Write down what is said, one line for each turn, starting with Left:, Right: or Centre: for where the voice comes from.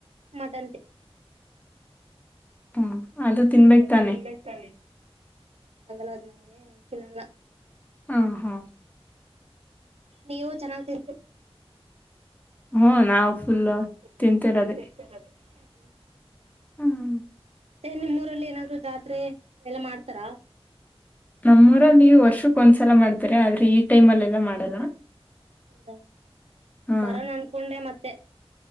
Right: ಮಟನ್ ತಿನ
Left: ಹ್ಮ್ ಅದು ತಿನ್ಬೇಕ್
Right: ಅದು
Left: ತಾನೆ
Right: ತಿನ್ಬೇಕ ತಾನೆ ಆಗಲ್ಲ ಅದು ನಂಗೆ ತಿನ್ನಲ್ಲ
Left: ಹಾ ಹಾ
Right: ನೀವು ಚೆನ್ನಾಗ್ ತಿ
Left: ಹ್ಮ ನಾವು ಫುಲ್
Right: ಫುಲ್ಲು
Left: ತಿಂತಿರೋದೆೇ
Right: ತಿಂತಿರೋದೆ. <inaudible>
Left: ಹ್ಮ್
Right: ಮತ್ತೆ ನಿಮ್ಮೂರಲ್ಲಿ ಏನಾದ್ರು ಜಾತ್ರೆ ಎಲ್ಲ ಮಾಡ್ತಾರ
Left: ನಮ್ಮೂರಲ್ಲಿ ಈಗ ವರ್ಷಕ್ ಒಂದ್ಸಲ ಮಾಡ್ತಾರೆ ಆದ್ರೆ ಈ ಟೈಮ್ಲ್ಲೆಲ್ಲ ಮಾಡಲ್ಲ
Right: ಹೌದಾ
Left: ಹಾ
Right: ಬರೋನ ಅನ್ಕೊಂಡೆ ಮತ್ತೆ